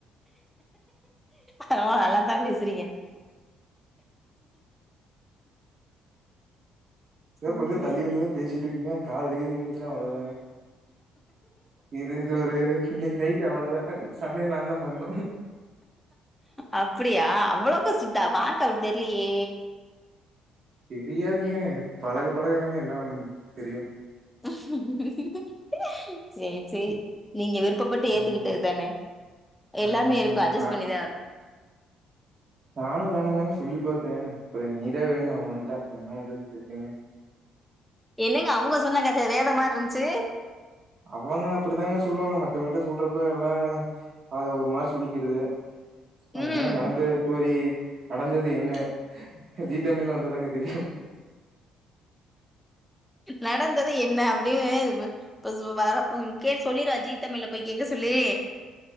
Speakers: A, in the centre; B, on the right.
A: பரவால நல்லாதா பேசுறீங்க <inaudible>
B: எதோ
A: சேரி
B: கொஞ்சொ
A: சேரி
B: தள்ளி வந்துதா பேசிட்டுருக்கேங்க காதுல கீதுல விழுந்துச்சுன்னா அவ்ளோதாங்க இது இது ஒரு இன்னைக்கு நைட் அவ்வளோதா சமையல் நாந்தா பண்ணு
A: அப்டியா அவ்வளோக்கா ஸ்ட்ரீட்டா பாக்க அப்டி தெர்லியே
B: தெரியாதுங்க பழக பழக தாங்க எல்லாம் தெரியு
A: <inaudible> சேர் செரி நீங்க விருப்பப்பட்டு
B: ம்
A: ஏத்துக்கிட்டது தான எல்லாமே
B: ஆமாங்க
A: இருக்கு அட்ஜஸ்ட்
B: நா
A: பண்ணிதா ஆ
B: நானு வேணானுந்தாங்க சொல்லி பாத்தே அப்ற நீதா வேணுனு அவ வந்துட்டா அப்பறோ என்ன பண்றதுன்னு தெர்லேங்க
A: என்னங்க அவங்க சொன்ன கதை வேற மார்ருந்துச்சு
B: அவங்க அப்டிதாங்க சொல்லுவாங்க மத்தவங்கிட்ட சொல்றப்ப எல்லா அது ஒரு மாரி சொல்லிக்கறது அ
A: ம்
B: உண்மையா நடந்து ஸ்டோரி நடந்தது என்ன ஜி தமிழ்ல வந்தாதாங்க தெரியு
A: நடந்தது என்ன அப்டினு இது ப இப்ப சோ வரே ம் கே சொல்லிரு ஜி தமிழ்ல போய் கேக்க சொல்லி